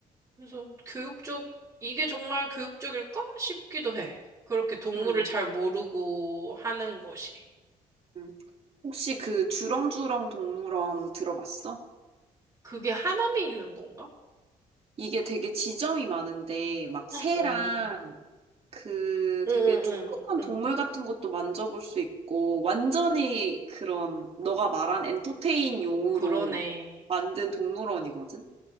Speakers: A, on the right; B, on the right.
A: 그래서 교육적, 이게 정말 교육적일까? 싶기도 해. 그렇게 동물을
B: 응.
A: 잘 모르고 하는 것이.
B: 응. 혹시 그 주렁주렁 동물원 들어봤어?
A: 그게 하남이 있는 건가?
B: 이게 되게 지점이 많은데, 막 새랑
A: 어.
B: 그
A: 응,
B: 되게
A: 응,
B: 조그만
A: 응, 응.
B: 동물 같은 것도 만져볼 수 있고, 완전히 그런 너가 말한 엔터테인 용으로
A: 그러네.
B: 만든 동물원이거든?